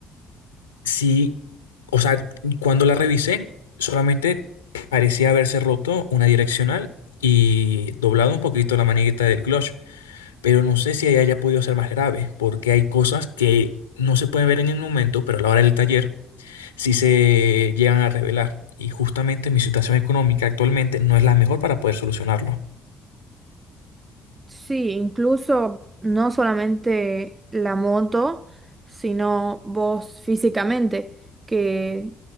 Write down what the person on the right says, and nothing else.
Sí, incluso no solamente la moto, sino vos físicamente, que